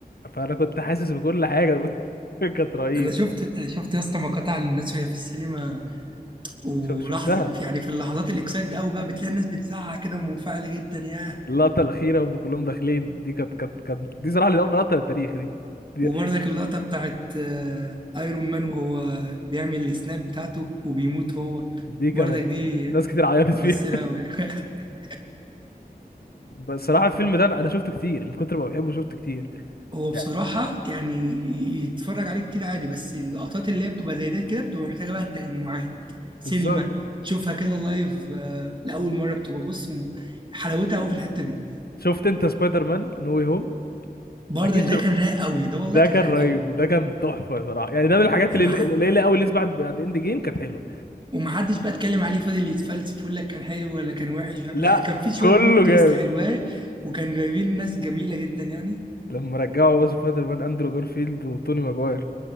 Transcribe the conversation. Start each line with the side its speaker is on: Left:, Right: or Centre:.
Left: فانا كنت حاسس بكل حاجه <laughs> كانت رهيب
Right: انا شفت انا شفت يا اسطى مقاطع للناس وهي في السينما ولحظه
Left: شو- شفتها
Right: في- يعني في اللحظات الاكسايتد قوي بقى بتلاقي الناس بتزعق كده ومنفعله جدا ياه
Left: اللقطه الاخيره وهم كلهم داخلين دي كانت كانت كانت دي صراحه لقطه للتاريخ دي دي,
Right: وبرضك اللقطه بتاعت آه، ايرون مان وهو بيعمل السناب بتاعته وبيموت هو
Left: دي كانت
Right: برضك دي
Left: ناس كتير عيطت
Right: مؤثره
Left: فيها
Right: قوي <laughs>
Left: <laughs> بس صراحه الفيلم ده انا أنا شفته كتير من كتر ما بحبه شفته كتير
Right: هو بصراحة
Left: يعني
Right: يعني ي- يتفرج عليه كتير عادي بس اللقطات اللي هي بتبقى زي دي كده بتبقى محتاجة بقى التجمعات سينما
Left: بالظبط
Right: تشوفها كده لايف آه، لأول مرة بتبقى بص م- حلاوتها قوي في الحتة دي
Left: شفت انت سبايدر مان نو واي هوم
Right: برضك
Left: اكيد
Right: ده
Left: شفت
Right: كان رايق قوي ده والله
Left: ده
Right: كان
Left: كان
Right: رايق
Left: رهيب
Right: قوي
Left: ده كان تحفه صراحه يعني ده من الحاجات اللي
Right: ومع
Left: القليله قوي اللي لسه بعد بعد اند جيم كانت حلوه
Right: ومحدش بقى اتكلم عليه فضل يتفلسف يقول لك كان حلو ولا كان وحش مش عارف.
Left: لا
Right: لا كان في شوية
Left: كله
Right: بلوت
Left: جامد
Right: تويست حلوة وكان جايبين ناس جميلة جدا يعني
Left: لما رجعوا ويز سبايدر مان اندرو جارفيلد وتوني ماجواير